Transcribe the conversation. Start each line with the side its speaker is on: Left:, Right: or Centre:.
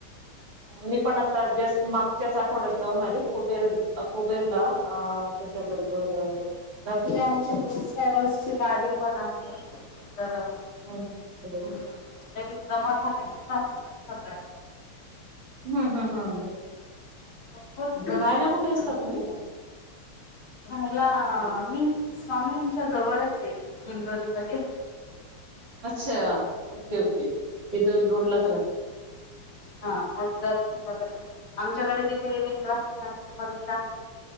Right: मी पण आता जस्ट मागच्याच आठवड्यात जाऊन आली कुबेर कुबेरला अ त्याच्या बरोबर अ
Left: उद्या आमचे टूर्स ट्रॅव्हल्स ची गाडी पण आहे तर
Right: <unintelligible>
Left: म्हणजे लगेच जमा झाल्या कि जाततच सगळ्या.
Right: हम् हम् ह
Left: भरपूर दर्शन
Right: राहायला कुठे
Left: वगैरे
Right: असता तुम्ही?
Left: राहायला मी स्वामी च्या जवळच आहे दिंडोरी मध्ये.
Right: अच्छा ओके ओके. तिथं रोडलाच राह
Left: हा <unintelligible> आमच्याकडे तिथे विंध्यवासली मातेचं मंदिर आहे.